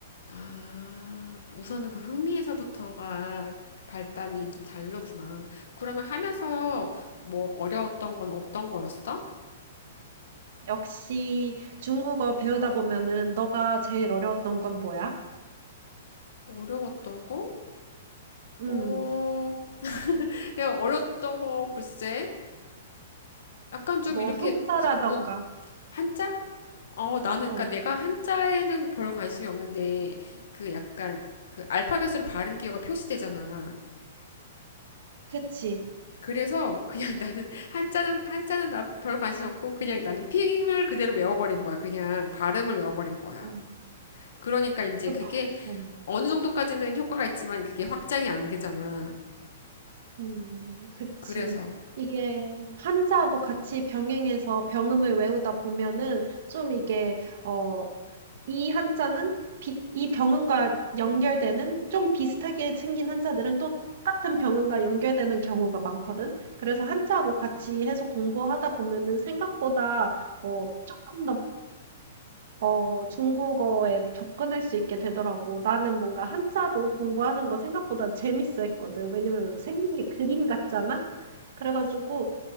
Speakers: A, on the left; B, on the right.
A: 아, 우선은 그 흥미에서부터가 발단이 좀 다르구나. 그러면 하면서 뭐 어려웠던 건 어떤 거였어?
B: 역시 중국어 배우다 보면은 너가 제일 어려웠던 건 뭐야?
A: 어려웠던 거?
B: 음,
A: 어, 내가 어렸던 거 글쎄, 약간 좀
B: 뭐
A: 이렇게
B: 한자라던가.
A: 부- 무, 한자? 어, 나는
B: 어,
A: 그러니까 내가 한자에는 별 관심이 없는데 그 약간 그 알파벳으로 발음 기호가 표시되잖아.
B: 그치.
A: 그래서 그냥 <laughs> 나는 한자는 한자는 나 별 관심 없고 그냥 나는 핑을 그대로 외워버린 거야. 그냥 발음을 외워버린 거야.
B: 음,
A: 그러니까 이제
B: 그
A: 그게
B: 봐. 음.
A: 어느 정도까지는 효과가 있지만 그게 확장이 안 되잖아.
B: 음, 그치.
A: 그래서
B: 이게 한자하고 같이 병행해서 병음을 외우다 보면은 좀 이게, 어, 이 한자는 비, 이 병음과 연결되는 좀 비슷하게 생긴 한자들은 또 같은 병음과 연결되는 경우가 많거든. 그래서 한자하고 같이 해서 공부하다 보면은 생각보다, 어, 조금 더 어, 중국어에 접근할 수 있게 되더라고. 나는 뭔가 한자도 공부하는 거 생각보다 재밌어 했거든. 왜냐면 생긴 게 그림 같잖아? 그래가지고